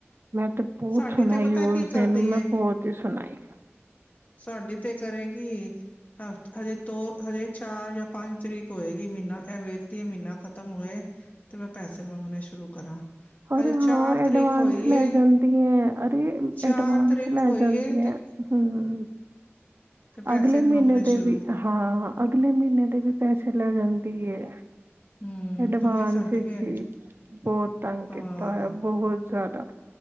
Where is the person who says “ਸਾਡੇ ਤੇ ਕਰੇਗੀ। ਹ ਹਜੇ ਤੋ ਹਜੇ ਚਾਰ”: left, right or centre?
Left